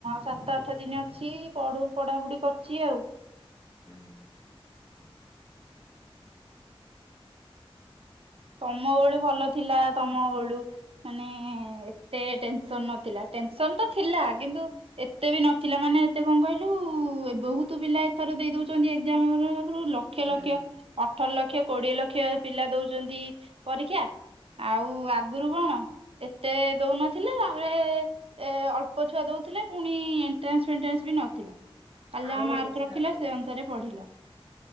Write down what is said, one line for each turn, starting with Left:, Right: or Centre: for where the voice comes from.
Right: ସାତ ଆଠ ଦିନ ଅଛି ପଢ ପଢାପଢି କରିଛି ଆଉ।
Left: ହୁଁ।
Right: ତମ ଭଳି ଭଲ ଥିଲା ତମ ବଳୁ ମାନେ ଏତେ ଟେନସନ ନଥିଲା ଟେନସନ ତ ଥିଲା କି। କିୁ ଏତେ ବି ନଥିଲା ମାନେ ଏତେ କଣ କହିଲୁ? ଏ ବହୁତ ପିଲା ଏଥର ଦେଇ ଦଉଛନ୍ତି ଏକ୍ଜାମର। ଆରୁ ଲକ୍ଷ
Left: ହୁଁ
Right: ଲକ୍ଷ ଅଠର ଲକ୍ଷ କୋଡିଏ ଲକ୍ଷ ପିଲା ଦଉଛନ୍ତି ପରୀକ୍ଷା। ଆଉ ଆଗରୁ କଣ ଏତେ ଦଉନ? ଥିଲା ତାରେ ଏ ଅଳ୍ପ ଛୁଆ ଦଉଥିଲେ। ପୁଣି ଏଣ୍ଟ୍ରାନ୍ସ ଫେଟ୍ରାନ୍ସ ବି ନଥିଲା ଖାଲି
Left: ଆମ
Right: ଯାହା
Left: ବେଳୁ
Right: ମାର୍କ
Left: କିଛି
Right: ରଖିଲ
Left: ନଥିଲା।
Right: ସେ ଅନୁସାରେ ପଢିଲ।